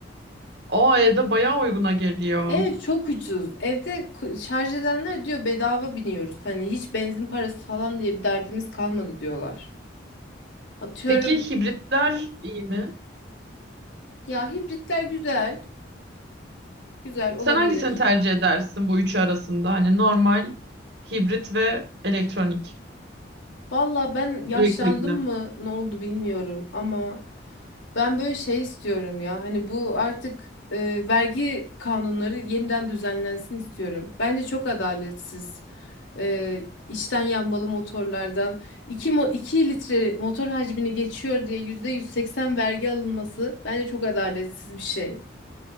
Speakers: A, on the right; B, on the left.
A: O E'de bayağı uyguna geliyor.
B: Ev çok ucuz. Evde ku- şarj edenler diyor bedava biniyoruz. Hani hiç benzin parası falan diye bir derdimiz kalmadı diyorlar. Atıyorum
A: Peki hibritler iyi mi?
B: ya hibritler güzel. Güzel olabilir.
A: Sen hangisini tercih edersin bu üçü arasında? Hani normal, hibrit ve elektronik.
B: Valla ben yaşlandım
A: Elektrikli.
B: mı ne oldu bilmiyorum ama ben böyle şey istiyorum ya hani bu artık e, vergi kanunları yeniden düzenlensin istiyorum. Bence çok adaletsiz. E, içten yanmalı motorlardan 2 mo 2 litre motor hacmini geçiyor diye %180 vergi alınması bence çok adaletsiz bir şey.